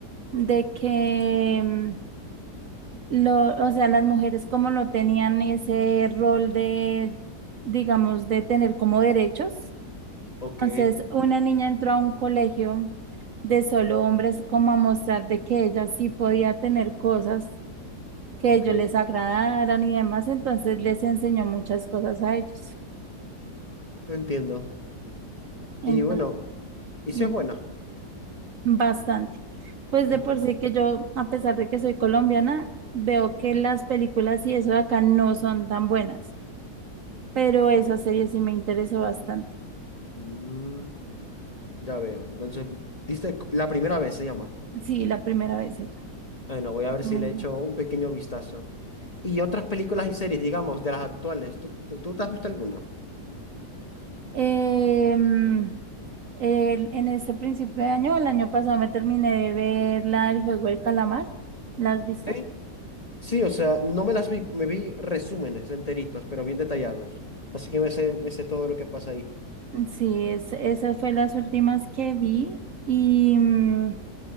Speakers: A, on the right (about 55°); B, on the left (about 25°).
A: de que em, lo, o sea, las mujeres como no tenían ese rol de, digamos, de tener como derechos
B: Ok,
A: Entonces, una niña entró a un colegio de solo hombres como a mostrar de que ella sí podía tener cosas que
B: ok,
A: a ellos les agradaran y demás, entonces les enseñó muchas cosas a ellos.
B: entiendo.
A: Entonces,
B: Y bueno, ¿y
A: di-
B: si es buena?
A: bastante. Pues
B: Es
A: de por
B: buena.
A: sí que yo, a pesar de que soy colombiana, veo que las películas y eso de acá no son tan buenas, pero esa serie sí me interesó bastante.
B: Mm, ya veo. Entonces, viste, la primera vez se llama.
A: Sí, la primera vez ella.
B: Bueno, voy a
A: Es
B: ver si
A: muy
B: le echo
A: buena.
B: un pequeño vistazo. Y otras películas y series, digamos, de las actuales, ¿tú, tú, tú te has visto alguna?
A: Em, El- en este principio de año, el año pasado me terminé de ver la del juego del calamar. ¿La has visto?
B: Sí. Sí, o sea, no me las vi, me vi resúmenes enteritos, pero bien detallados. Así que me sé, me sé todo lo que pasa ahí.
A: Sí, es, esas fue las últimas que vi. ¿Y mm,